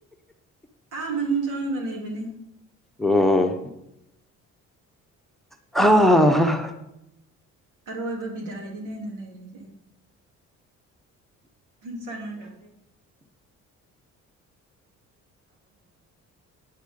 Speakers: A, on the right; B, in the centre.
A: ꯑꯥ ꯃꯅꯨꯡ ꯆꯪꯉꯒ ꯂꯩꯕꯅꯦ
B: ꯎꯝ ꯍ <inaudible>
A: ꯑꯔꯣꯏꯕ ꯕꯤꯗꯥꯏꯗꯤꯅꯦ ꯑꯩꯅ ꯂꯩꯔꯤꯁꯦ ꯁꯒ <inaudible>